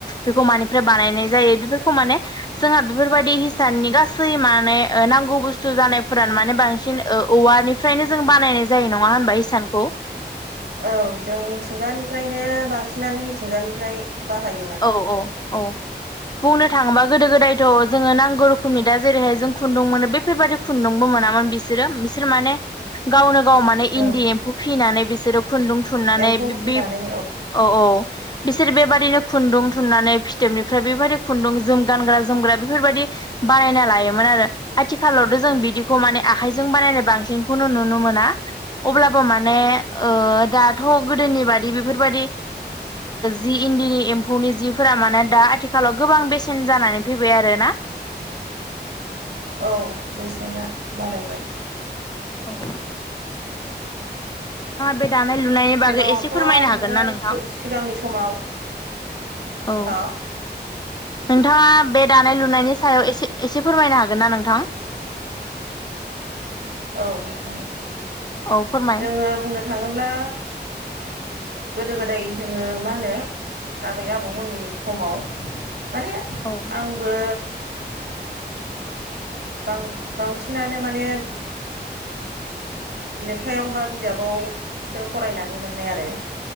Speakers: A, on the left; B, on the right.
A: बेखौ मानिफ्राय बानायनाय जायो बेफोरखौ माने जोंहा बेफोरबायदि हिसाननि गासै मा माने ओ नांगौ बुस्थु जानायफोरानो माने बांसिन ओ औवानिफ्रायनो जों बानायनाय जायो नङा होनबा हिसानखौ?
B: औ जों मिथिंगानिफ्रायनो बांसिनानो मिथिंगानिफ्राय बाहाय
A: औ औ औ बुंनो थाङोबा गोदो गोदाय थ' जोङो नांगौ रोखोमनि दा जेरैहाय जों खुन्दुं मोनो बेफोरबायदि खुन्दुंबो मोनामोन बिसोरो बिसोर माने गावनो गाव माने
B: औ
A: इन्दि एम्फौ फिनानै बिसोरो खुन्दुं थुननानै
B: एम्फौ
A: बि
B: फिसिनानै
A: बिब औ -औ बिसोर बेबादिनो खुन्दुं थुननानै फिथोबनिफ्राय बेबायदि खुन्दुं जोम गानग्रा जोमग्रा बेफोरबादि बानायना लायोमोन आरो आथिखालावथ' जों बिदिखौ माने आखाइजों बानायनाय बांसिनखौनो नुनो मोना अब्लाबो माने ओ दाथ' गोदोनि बादि बेफोरबादि जि इन्दिनि एम्फौनि जिफोरा मानोे दा आथिखालाव गोबां बेसेन जानानै फैबाय आरोना
B: औ बेसेना बारायबाय
A: औ बे दानाय लुनायनि
B: सिगाङावथ'
A: बागै एसे फोरमायनो
B: नोङो
A: हागोन ना नोंथां
B: सिगांनि समाव
A: औ
B: हा
A: नोंथाङा बे दानाय लुनायनि सायाव एसे एसे फोरमायनो हागोन ना नोंथां।
B: औ नोंथाङ ओ।
A: औ फोरमाय
B: जोङो बुंनो थाङोब्ला गोदो गोदाय जोङो मा होनो आबै आबौमोननि समाव माने
A: औ
B: आंबो बां बांसिनानो माने लेखायाव बा बिजाबावसो फरायनानै मोननाय आरो